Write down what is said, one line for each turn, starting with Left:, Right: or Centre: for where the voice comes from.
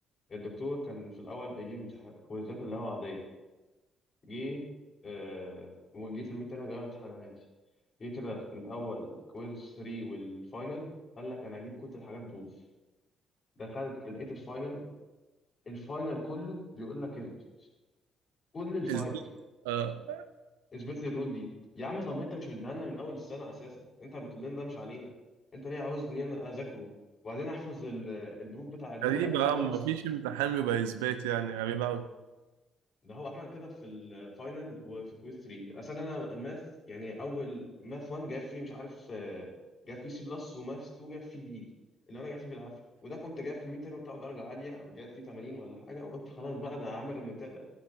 Left: الدكتور كان في الاول بيجيب امتحان كويزات اللي هو عاديه جه آه وجه في الميد تيرم جاب امتحان عادي جه كده من اول كويز 3 والفاينل قال لك انا هجيب كل الحاجات بروف دخلت لقيت الفاينل الفاينل كله بيقول لك اثبت كل الفاينل
Right: إثبات آه.
Left: اثبت لي الرول دي يا عم طب ما انت مش بتديها لنا من اول السنه اساسا انت بتقول لنا ده مش علينا انت ليه عاوزني انا اذاكره وبعدين احفظ ال- البروف بتاع الرول
Right: غريبة
Left: قد كده
Right: آه، مفيش
Left: اصلا
Right: امتحان بيبقى إثبات يعني غريبة أوي
Left: ده هو عمل كده في الفاينل وفي كويز 3 اصل انا الماث يعني اول ماث 1 جاب فيه مش عارف آه، جاب فيه سي بلس وماث 2 جاب فيه دي اللي انا جاب فيه بالعافيه وده كنت جايب في الميد تيرم بتاعه درجه عاليه جايب فيه 80 ولا حاجه وقلت خلاص بقى ده هعمل ريمونتادا